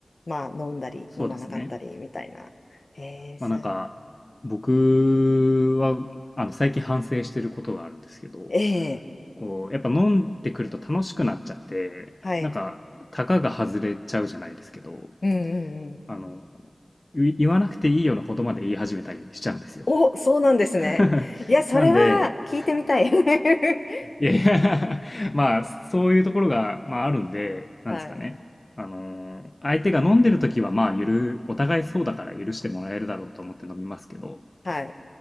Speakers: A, on the left; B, on the left.
A: まあ、飲んだり、
B: そうですね。
A: 飲まなかったり、みたいな。ええ、
B: まあなんか、
A: そう、
B: 僕は、あの、最近反省してることがあるんですけど、
A: ええ、
B: こう、やっぱ飲んでくると楽しくなっちゃって、
A: はい。
B: なんか、たかが外れちゃうじゃないですけど、
A: うんうんうん
B: あの、い言わなくていいようなことまで言い始めたりしちゃうんですよ。
A: お、そうなんですね。
B: <laughs>
A: いや、それは聞いてみたい。
B: なんで、
A: <laughs>
B: いやいや <laughs> まあ、そういうところが、まあ、あるんで、なんですかね。
A: はい。
B: あのー相手が飲んでる時は、まあ、ゆる、お互いそうだから許してもらえるだろうと思って飲みますけど、
A: はい。